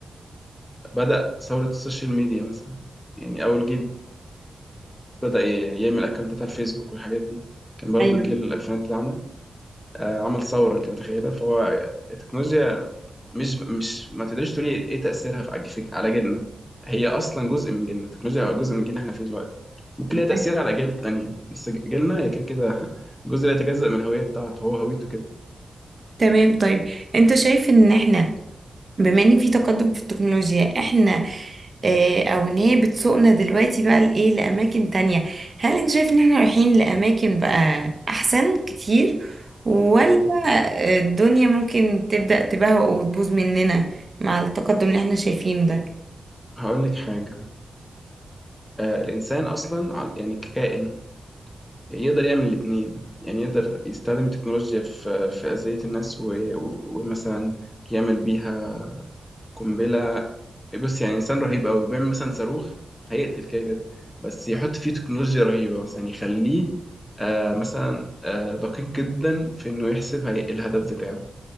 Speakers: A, on the left; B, on the right.
A: بدأ ثورة السوشيال ميديا مثلا يعني أول جيل بدأ ي- يعمل أكونتات على الفيسبوك والحاجات دي كان برضو
B: ايوه
A: الجيل الألفينات بتاعنا آه، عمل ثورة أنت متخيلة فهو التكنولوجيا مش مش ما تقدرش تقولي إيه إيه تأثيرها في في- على جيلنا هي أصلا جزء من جيلنا التكنولوجيا جزء من الجيل اللي إحنا فيه دلوقتي ممكن ليها تأثير
B: أيوة.
A: على الأجيال التانية بس ج- جيلنا هي كده كده <laughs> جزء لا يتجزأ من الهوية بتاعته هو هويته كده
B: تمام طيب انت شايف ان احنا بما ان في تقدم في التكنولوجيا احنا اه او ان هي بتسوقنا دلوقتي بقى لايه لأماكن تانية هل انت شايف ان احنا رايحين لأماكن بقى أحسن كتير ولا
A: أيوه
B: آه، الدنيا ممكن تبدأ تبهوأ وتبوظ مننا مع التقدم اللي احنا شايفينه ده
A: هقول لك حاجة آه، الإنسان أصلا ع- يعني ككائن يعني يقدر يعمل الاتنين يعني يقدر يستخدم التكنولوجيا في في أذية الناس و- و- ومثلا يعمل بيها قنبلة بص يعني إنسان رهيب أوي بيعمل مثلا صاروخ هيقتل كده كده بس يحط فيه تكنولوجيا رهيبة مثلا يعني يخليه آه مثلا آه دقيق جدا في إنه يحسب هي الهدف بتاعه